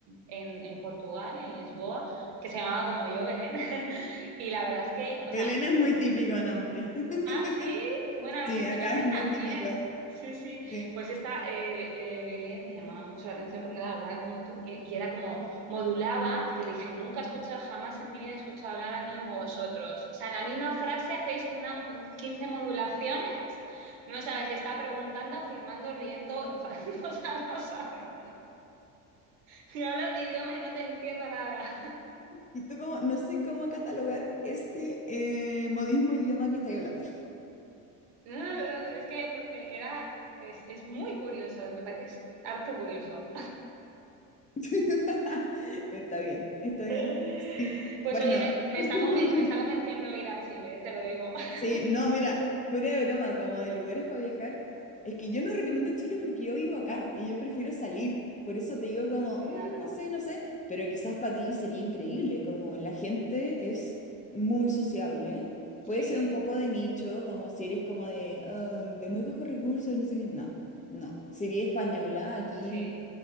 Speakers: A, on the right (about 70°); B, on the left (about 20°).
A: en- en Portugal, en Lisboa, que se llamaba como yo, Belén. <laughs> Y la verdad es que,
B: Belén
A: o sea,
B: es muy típico nombre. <laughs>
A: Ah, sí. Bueno, en
B: Sí,
A: Argentina
B: acá
A: creo
B: es
A: que
B: muy
A: también.
B: típico.
A: Sí, sí.
B: Sí.
A: Pues esta eh, Be- eh, Belén me llamaba mucho la atención porque claro, hablaba como tú eh, y era como modulaba. Yo le dije, nunca he escuchado, jamás en mi vida he escuchado hablar a alguien como vosotros. O sea, en la misma frase hacéis una 15 modulaciones. No sabes si está preguntando, afirmando, riendo, enfadando. <laughs> O sea, no sabes. Si hablas mi idioma y no te entiendo nada.
B: Y tú como, no sé cómo catalogar este eh, modismo idioma que estáis hablando.
A: <laughs> Es que me- me- era, es, es muy curioso, me parece harto curioso.
B: <laughs> Está bien, está
A: <laughs>
B: bien. Sí.
A: Pues
B: Bueno.
A: oye, me, me
B: <laughs>
A: está conven- me está convenciendo ir a Chile, eh, te lo digo. <laughs>
B: Sí, no, mira, fuera de broma, como de lugares para viajar, es que yo no recomiendo Chile porque yo vivo acá y yo prefiero salir. Por eso te digo como,
A: Claro,
B: "Mm, no sé, no sé, pero quizás para ti sería increíble, como la gente es muy sociable.
A: sí,
B: Puede ser un poco de nicho, como si eres como de, "Ah, de muy bajos recursos, no sé qué. No, no. Si eres española, aquí
A: sí,